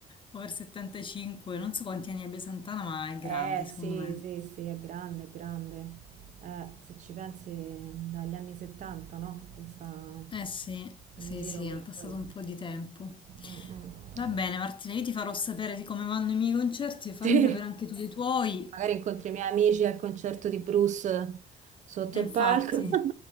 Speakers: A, on the left; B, on the right.
A: over 75, non so quanti anni abbia Santana, ma è
B: Eh
A: grande secondo
B: sì,
A: me.
B: sì, sì, è grande, è grande. Eh, se ci pensi, dagli anni 70, no? Che sta
A: Eh sì, sì,
B: in giro
A: sì,
B: pure
A: è passato
B: lui.
A: un po' di tempo.
B: Mm, mm.
A: Va bene, Martina, io ti farò sapere di come vanno i miei concerti, fammi
B: Sì.
A: sapere anche tu dei tuoi.
B: magari incontri i miei amici al concerto di Bruce sotto
A: E
B: il
A: infatti,
B: palco. <laughs>